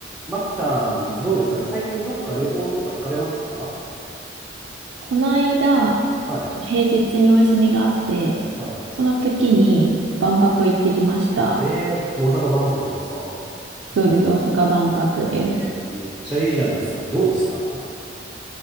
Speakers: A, in the centre; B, on the right.
A: マキさん、どうですかね最近どっか旅行とか行かれましたは
B: この間、
A: い。
B: 平日にお休みがあって、
A: はい。
B: その時に万博行ってきました。
A: ええー大阪万博ですか
B: そうです、大阪万博です。
A: えー、めっちゃいいじゃないですか。どうでした